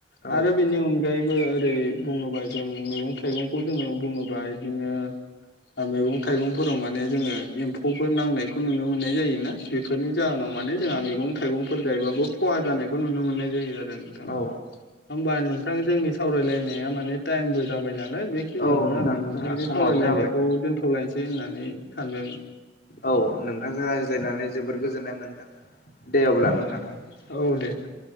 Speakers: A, on the left; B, on the left.
A: आरो
B: औ
A: बेनि अनगायै ओरै बुङोबा जों मैगं थाइगंखौ जोङो बुङोबा बिदिनो मैगं थाइगंफोराव माने जोङो एम्फौ नांनायखौ नुनो मोननाय जायोना बेफोरनि जाहोनाव माने जोंहा मैगं थाइगंफोर गायबाबो खहा जानायखौ खौ नुनो मोननाय जायो आरो। नोंथां
B: औ
A: होमबा नोंथां जोंनि सावरायलायनाया माने टाइमबो जाबाय ना लाय बेखिनियावनो
B: औ नोंथां
A: आं नोंथांनि
B: जोंहा समाबो
A: सावरायलायनायखौ
B: जाबाय
A: दोनथ'लायसै होननानै सानबायमोन।
B: औ नोंथांजों रायज्लायनानै जोबोर गोजोननाय मोनदों। दे अब्ला
A: औ
B: नोंथां
A: औ
B: गोजोनथों।
A: दे